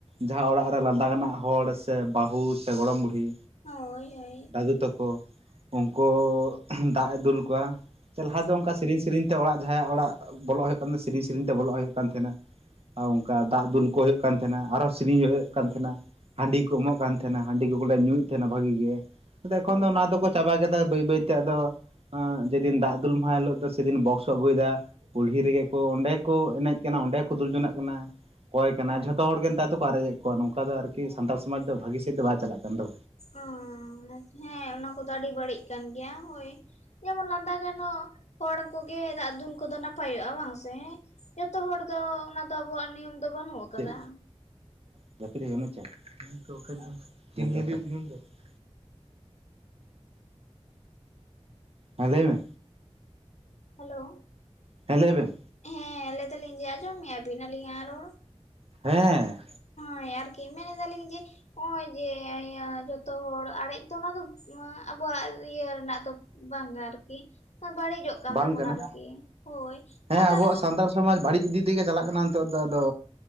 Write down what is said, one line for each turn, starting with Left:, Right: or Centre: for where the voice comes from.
Right: ᱡᱟᱦᱟᱸ ᱚᱲᱟᱜ ᱨᱮ ᱞᱟᱸᱫᱟ ᱜᱟᱱᱟᱜ ᱦᱚᱲ ᱥᱮ ᱵᱟᱹᱦᱩ ᱥᱮ ᱜᱚᱲᱚᱢ ᱵᱩᱲᱦᱤ᱾
Left: ᱦᱳᱭ ᱦᱳᱭ᱾
Right: ᱫᱟᱫᱩ ᱛᱟᱠᱚ ᱩᱱᱠᱩ ᱫᱟᱜ-ᱮ ᱫᱩᱞ ᱠᱚᱣᱟ, ᱥᱮ ᱞᱟᱦᱟ ᱫᱚ ᱚᱱᱠᱟ ᱥᱤᱨᱤᱧ ᱥᱤᱨᱤᱧ ᱛᱚ ᱚᱲᱟᱜ ᱡᱟᱦᱟᱸᱭᱟᱜ ᱚᱲᱟᱜ ᱵᱚᱞᱚᱜ ᱦᱩᱭᱩᱜ ᱠᱟᱱ ᱛᱟᱸᱦᱮᱱᱟ, ᱥᱤᱨᱤᱧ ᱥᱮᱨᱮᱧ ᱛᱮ ᱵᱚᱞᱚᱜ ᱦᱩᱭᱩᱜ ᱠᱟᱱ ᱛᱟᱸᱦᱮᱱᱟ᱾ ᱟᱨ ᱚᱝᱠᱟ ᱫᱟᱜ ᱫᱩᱞ ᱠᱚ ᱦᱩᱭᱩᱜ ᱠᱟᱱ ᱛᱟᱸᱦᱮᱱᱟ, ᱟᱨᱚ ᱥᱤᱨᱤᱧ ᱦᱩᱭᱩᱜ ᱠᱟᱱ ᱛᱟᱸᱦᱮᱱᱟ ᱦᱟᱺᱰᱤ ᱠᱚ ᱮᱢᱚᱜ ᱠᱟᱱ ᱛᱟᱸᱦᱮᱱᱟ᱾ ᱚᱱᱟ ᱦᱟᱺᱰᱤ ᱠᱚᱠᱚ ᱞᱮ ᱧᱩᱭᱮᱫ ᱛᱟᱸᱦᱮᱱᱟ ᱵᱷᱟᱹᱜᱤ ᱜᱮ, ᱟᱫᱚ ᱮᱠᱷᱚᱱ ᱫᱚ
Left: ᱦᱮᱸ
Right: ᱚᱱᱟ ᱫᱚᱠᱚ ᱪᱟᱵᱟ ᱠᱮᱫᱟ ᱵᱟᱹᱭ ᱵᱟᱹᱭᱛᱮ ᱟᱫᱚ ᱮᱸ, ᱡᱮᱫᱤᱱ ᱫᱟᱜ ᱫᱩᱞ ᱢᱟᱦᱟ ᱮᱱ ᱦᱤᱞᱳᱜ ᱫᱚ ᱥᱮᱫᱤᱱ ᱵᱚᱠᱥ ᱠᱚ ᱟᱹᱜᱩᱭᱫᱟ ᱠᱩᱞᱦᱤ ᱨᱮᱜᱮ᱾ ᱠᱚ ᱚᱸᱰᱮ ᱠᱚ ᱮᱱᱮᱡ ᱠᱟᱱᱟ, ᱚᱸᱰᱮ ᱠᱚ ᱫᱩᱞ ᱡᱚᱱᱟᱜ ᱠᱟᱱᱟ᱾ ᱚᱠᱚᱭ ᱠᱟᱱᱟ, ᱡᱷᱚᱛᱚ ᱦᱚᱲ ᱜᱮ ᱱᱮᱛᱟᱨ ᱫᱚᱠᱚ ᱟᱨᱮᱡᱮᱫ ᱠᱚᱣᱟ ᱱᱚᱝᱠᱟ ᱫᱚ ᱟᱨᱠᱤ ᱥᱟᱱᱛᱟᱲ ᱥᱚᱢᱟᱡᱽ ᱫᱚ ᱵᱷᱟᱹᱜᱤ ᱥᱮᱫ ᱫᱚ ᱵᱟᱭ ᱪᱟᱞᱟᱜ ᱠᱟᱱ ᱫᱚ᱾
Left: ᱚ, ᱦᱮᱸ <unintelligible> ᱜᱮ ᱚᱱᱟ ᱠᱚᱫᱚ ᱟᱹᱰᱤ ᱵᱟᱹᱲᱤᱡ ᱠᱟᱱ ᱜᱮᱭᱟ ᱦᱳᱭ ᱡᱮᱢᱚᱱ ᱞᱟᱸᱫᱟ ᱜᱟᱱᱚᱜ ᱦᱚᱲ ᱠᱚᱜᱮ ᱫᱟᱜ ᱫᱩᱞ ᱠᱚᱫᱚ ᱱᱟᱯᱟᱭᱚᱜ-ᱟ ᱵᱟᱝ ᱥᱮ ᱦᱮᱸ᱾ ᱡᱷᱚᱛᱚ ᱦᱚᱲ ᱫᱚ ᱚᱱᱟ ᱫᱚ ᱟᱵᱚᱣᱟᱜ ᱱᱤᱭᱚᱢ ᱫᱚ ᱵᱟᱹᱱᱩᱜ ᱟᱠᱟᱫᱟ᱾
Right: ᱪᱮᱫ <unintelligible> ᱦᱮᱸ ᱞᱟᱹᱭ ᱢᱮ᱾
Left: ᱦᱮᱞᱳ,
Right: ᱦᱮᱸ ᱞᱟᱹᱭ ᱵᱮᱱ᱾
Left: ᱦᱮᱸ ᱞᱟᱹᱭ ᱫᱟᱹᱞᱤᱧ ᱡᱮ ᱟᱸᱡᱚᱢᱮᱜ-ᱟ ᱵᱤᱱ ᱟᱹᱞᱤᱧᱟ ᱨᱚᱲ?
Right: ᱦᱮᱸ᱾
Left: ᱦᱮᱸ ᱟᱨᱠᱤ ᱢᱮᱱ ᱮᱫᱟ ᱞᱤᱧ ᱡᱮ ᱦᱚᱸᱜ-ᱚᱭ ᱡᱮ ᱤᱭᱟᱹ ᱡᱚᱛᱚ ᱦᱚᱲ ᱟᱲᱮᱡ ᱫᱚ ᱚᱱᱟ ᱫᱚ ᱟᱵᱚᱣᱟᱜ ᱤᱭᱟᱹ ᱨᱮᱱᱟᱜ ᱫᱚ ᱵᱟᱝᱟ ᱟᱨᱠᱤ, ᱵᱟᱹᱲᱤᱡᱚᱜ ᱠᱟᱱ
Right: ᱵᱟᱝ
Left: ᱛᱟᱵᱚᱱᱟ
Right: ᱠᱟᱱᱟ
Left: ᱟᱨᱠᱤ ᱦᱳᱭ,
Right: ᱦᱮᱸ
Left: <unintelligible>
Right: ᱟᱵᱚᱣᱟᱜ ᱥᱟᱱᱛᱟᱲ ᱥᱚᱢᱟᱡᱽ ᱵᱟᱹᱲᱤᱡ ᱤᱫᱤ ᱛᱮᱜᱮ ᱪᱟᱞᱟᱜ ᱠᱟᱱᱟ ᱱᱤᱛᱚᱜ ᱫᱚ ᱟᱫᱚ